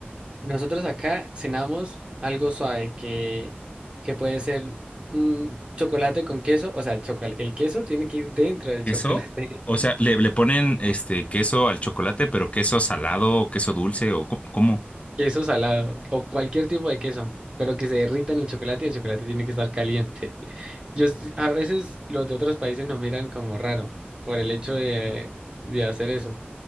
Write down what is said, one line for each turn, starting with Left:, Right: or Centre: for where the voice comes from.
Right: Nosotros acá cenamos algo suave que, que puede ser un chocolate con queso, o sea, el, chocola- el queso tiene que ir dentro del
Left: ¿Queso?
Right: chocolate,
Left: O sea, le, le ponen este queso al chocolate, pero queso salado, queso dulce o co- cómo.
Right: <laughs> queso salado o cualquier tipo de queso, pero que se derrita en el chocolate y el chocolate tiene que estar caliente. <laughs> Yo s- a veces los de otros países nos miran como raro por el hecho de, de hacer eso.